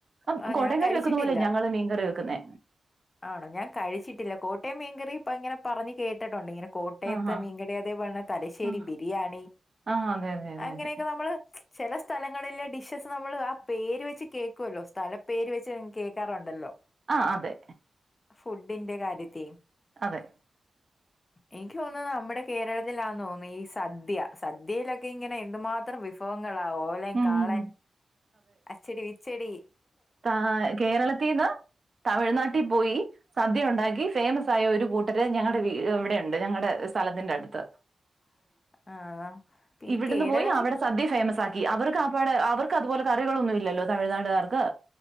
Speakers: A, on the right (about 45°); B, on the left (about 35°).
A: ആഹ്
B: ആ
A: കോട്ടയം
B: ഞാൻ
A: ക്കാര്
B: കഴിച്ചിട്ടില്ല
A: വെക്കുന്ന പോലെയാ ഞങ്ങള് മീൻകറി വെക്കുന്നെ
B: ആണോ ഞാൻ കഴിച്ചിട്ടില്ല. കോട്ടയം മീൻകറി ഇപ്പ ഇങ്ങനെ പറഞ്ഞ്‌ കേട്ടിട്ടുണ്ട് ഇങ്ങനെ കോട്ടയത്ത്
A: ആഹാ
B: മീൻ കറി അതേപോലെന്നെ തലശ്ശേരി
A: ആ
B: ബിരിയാണി
A: ആ അതെ അതെ അതെ
B: അങ്ങനെയൊക്കെ
A: അതെ
B: നമ്മള് ചെല സ്ഥലങ്ങളിലെ ഡിഷസ് നമ്മള് ആ പേര് വെച്ച് കേക്കൊല്ലോ തല പേര് വെച്ച് കേക്കാറുണ്ടല്ലോ
A: ആഹ് അതെ
B: ഫുഡിന്റെ കാര്യത്തി
A: അതെ
B: എനിക്ക് തോന്നുന്നത് നമ്മുടെ കേരളത്തിലാന്ന് തോന്നുന്നെ ഈ സദ്യ സദ്യയിലൊക്കെയിങ്ങനെ എന്തുമാത്രം വിഭവ ങ്ങളാ ഓലൻ,
A: ഉം
B: കാളൻ,
A: ഉം ഉം
B: അച്ചടി, കിച്ചെടി
A: ആഹ് കേരളത്തീന്ന് തമിഴ്നാട്ടി പോയി സദ്യയുണ്ടാക്കി ഫേമസായ ഒരു കൂട്ടര് ഞങ്ങളുടെ ഇവിടെയുണ്ട് ഞങ്ങടെ സ്ഥലത്തിന്റെടുത്ത്
B: <inaudible> ആ പിന്നെ
A: ഇവിടുന്ന്
B: കേരളത്തിൽ
A: പോയി അവിടെ സദ്യ ഫേമസാക്കി അവർകാപ്പാടെ അവർക്ക് അതുപോലെ കറികളൊന്നുംല്ലല്ലോ തമിഴ്നാട്ടുകാർക്ക്